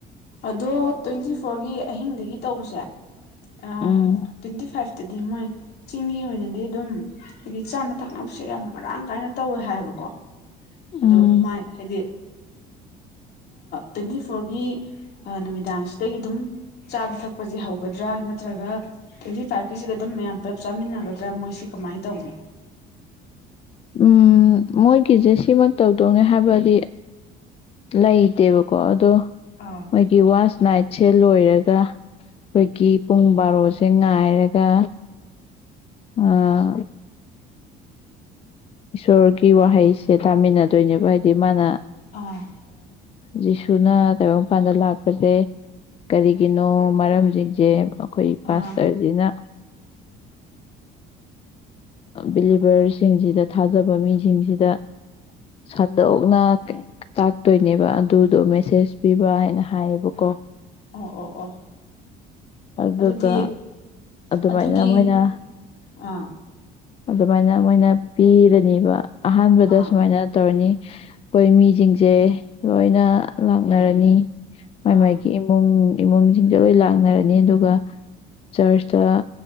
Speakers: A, on the left; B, on the left.
A: ꯑꯗꯣ ꯇ꯭ꯋꯦꯟꯇꯤ ꯐꯣꯔꯒꯤ ꯑꯍꯤꯡꯗꯒꯤ ꯇꯧꯁꯦ ꯑ
B: ꯎꯝ
A: ꯇ꯭ꯋꯦꯟꯇꯤ ꯐꯥꯏꯚ ꯇꯗꯤꯝ ꯃꯣꯏ ꯆꯤꯡꯒꯤ ꯑꯣꯏꯅꯗꯤ ꯑꯗꯨꯝ ꯍꯥꯏꯗꯤ ꯆꯥꯅ ꯊꯛꯅꯕꯁꯦ ꯌꯥꯝ ꯃꯔꯥꯡ ꯀꯥꯏꯅ ꯇꯧꯋꯦ ꯍꯥꯏꯕꯀꯣ ꯑꯗꯣ
B: ꯎꯝ
A: ꯃꯥꯏ ꯍꯥꯏꯗꯤ ꯇ꯭ꯋꯦꯟꯇꯤ ꯐꯣꯔꯒꯤ ꯅꯨꯃꯤꯗꯥꯡꯁꯤꯗꯒꯤ ꯑꯗꯨꯝ ꯆꯥꯕ ꯊꯛꯄꯁꯦ ꯍꯧꯒꯗ꯭ꯔꯥ ꯅꯠꯇ꯭ꯔꯒ ꯇ꯭ꯋꯦꯟꯇꯤ ꯐꯥꯏꯚꯀꯤꯁꯤꯗ ꯑꯗꯨꯝ ꯃꯌꯥꯝ ꯄꯨꯂꯞ ꯆꯥꯃꯤꯟꯅꯒꯗ꯭ꯔꯥ ꯃꯣꯏ ꯁꯤ ꯀꯃꯥꯏꯅ ꯇꯧꯕꯅꯣ
B: ꯎꯝ ꯃꯣꯏꯒꯤꯁꯦ ꯁꯤꯃ ꯇꯧꯗꯧꯅꯦ ꯍꯥꯏꯕꯗꯤ ꯂꯩꯇꯦꯕꯀꯣ ꯑꯗꯣ
A: ꯑꯥ
B: ꯃꯣꯏꯒꯤ ꯋꯥꯁ ꯅꯥꯏꯠ ꯠ ꯁꯦ ꯂꯣꯏꯔꯒ ꯑꯩꯈꯣꯏꯒꯤ ꯄꯨꯡ ꯕꯥꯔꯣꯁꯦ ꯉꯥꯏꯔꯒ ꯑꯥ ꯏꯁꯣꯔꯒꯤ ꯋꯥꯍꯩꯁꯦ ꯇꯥꯃꯤꯟꯅꯗꯣꯏꯅꯦꯕ ꯍꯥꯏꯗꯤ ꯃꯥꯅ
A: ꯑꯥ
B: ꯖꯤꯁꯨꯅ ꯇꯥꯏꯕꯪ ꯃꯄꯥꯟꯗ ꯂꯥꯛꯄꯁꯦ ꯀꯔꯤꯒꯤꯅꯣ ꯃꯔꯝꯁꯤꯡꯁꯦ ꯑꯩꯈꯣꯏ ꯄꯥꯁꯇꯔꯖꯤꯅ
A: ꯑꯥ
B: ꯕꯤꯂꯤꯚꯔꯁꯤꯡꯁꯤꯗ ꯊꯥꯖꯕ ꯃꯤꯁꯤꯡꯁꯤꯗ ꯁꯗꯣꯛꯅ ꯇꯥꯛꯇꯣꯏꯅꯦꯕ ꯑꯗꯨꯗꯣ ꯃꯦꯁꯦꯁ ꯄꯤꯕ ꯍꯥꯏꯅ ꯍꯥꯏꯌꯦꯕꯀꯣ
A: ꯑꯣ ꯑꯣ ꯑꯣ
B: ꯑꯗꯨꯒ
A: ꯑꯗꯨꯗꯤ
B: ꯑꯗꯨꯃꯥꯏꯅ
A: ꯑꯗꯨꯒꯤ
B: ꯃꯣꯏꯅ
A: ꯑꯥ
B: ꯑꯗꯨꯃꯥꯏꯅ ꯃꯣꯏꯅ ꯄꯤꯔꯅꯦꯕ ꯑꯍꯥꯟꯕꯗ
A: ꯑꯥ
B: ꯁꯨꯃꯥꯏꯅ ꯇꯧꯔꯅꯤ ꯑꯩꯈꯣꯏ ꯃꯤꯖꯤꯡꯁꯦ ꯂꯣꯏꯅ ꯂꯥꯛꯅꯔꯅꯤ ꯃꯥꯏ
A: ꯑꯥ
B: ꯃꯥꯏꯒꯤ ꯏꯃꯨꯡ ꯏꯃꯨꯡꯁꯤꯡꯁꯦ ꯂꯣꯏ ꯂꯥꯛꯅꯔꯅꯤ ꯑꯗꯨꯒ ꯆꯔꯆꯇ